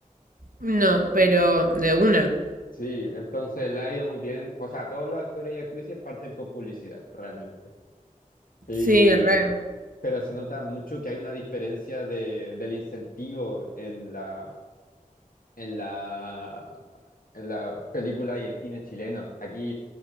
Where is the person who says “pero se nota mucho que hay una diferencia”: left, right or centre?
Left